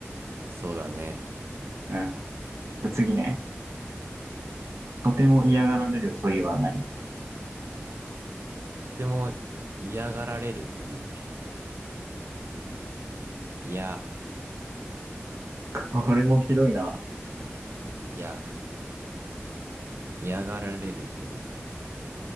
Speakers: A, on the right (about 60°); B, on the right (about 80°).
A: そうだね。
B: うん。で、次ね。とても嫌がられる鳥は何
A: とても嫌がられる鳥。いや、
B: これもひどいな。
A: いや、嫌がられる鳥。